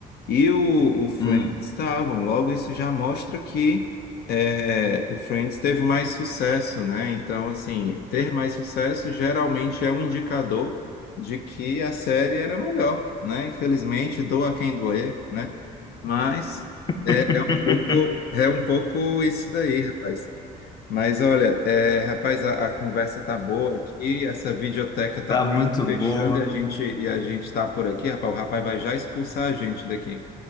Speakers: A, on the left; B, on the left.
A: E o, o Friends
B: Hum.
A: estavam. Logo, isso já mostra que é, o Friends teve mais sucesso, né? Então, assim, ter mais sucesso geralmente é um indicador de que a série era melhor, né? Infelizmente, doa quem doer, né? Mas
B: <laughs>
A: é, é um pouco, é um pouco isso daí, rapaz. Mas olha, é, rapaz, a, a conversa tá boa aqui, essa videoteca tá
B: Tá
A: quase
B: muito
A: fechando
B: boa.
A: e a gente e a gente tá por aqui, rapaz, o rapaz vai já expulsar a gente daqui.